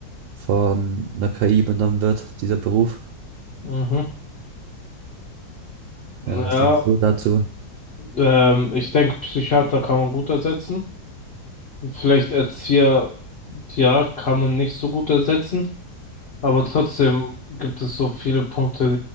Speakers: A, on the right; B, on the left.
A: von einer KI übernommen wird, dieser Beruf.
B: Mhm. Ja,
A: Ja, was denkst du dazu?
B: ähm, ich denke, Psychiater kann man gut ersetzen. Vielleicht Erzieher, ja, kann man nicht so gut ersetzen. Aber trotzdem gibt es so viele Punkte,